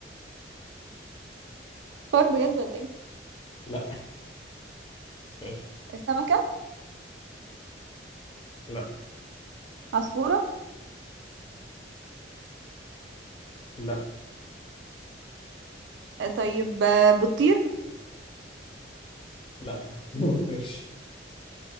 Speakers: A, on the right (about 70°); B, on the left (about 25°).
A: فار بجد ولا إيه
B: لا بس ماشي
A: سمكة
B: لا
A: عصفورة
B: لا
A: آه، طيب آه، بتطير
B: لا <laughs> ما تطرش